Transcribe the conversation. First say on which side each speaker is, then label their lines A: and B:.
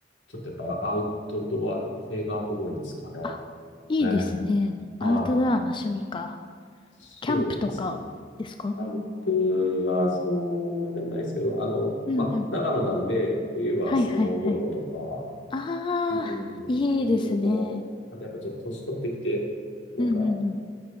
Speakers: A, on the left; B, on the left.
A: ちょっとやっぱアウトドア系が多いですかね。
B: あ、いいですね。
A: ええはい。
B: アウトドアの趣味か。
A: そうですね。
B: キャンプとかですか
A: 関東はそんなでもないですけど、あの、
B: うんうん。
A: まあ、長野なんで、冬はスノーボードとか、
B: はいはいはい。ああ、
A: うん、
B: いいですね。
A: そういうのも、あとやっぱちょっと年取ってきて、なんか、
B: うんうんうん。